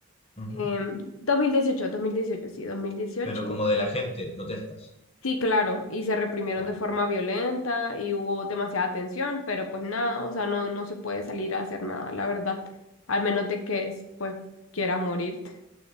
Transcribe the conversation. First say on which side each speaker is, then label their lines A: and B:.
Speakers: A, on the left; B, on the left.
A: Ujú.
B: Em, dos mil dieciocho dos mil dieciocho, sí, dos mil dieciocho
A: Pero como de la gente, protestas.
B: Sí, claro, y se reprimieron
A: Vale.
B: de forma violenta y hubo demasiada tensión, pero pues nada, o sea, no, no se puede salir a hacer nada, la verdad, al menos de que es- pues quieras morirte.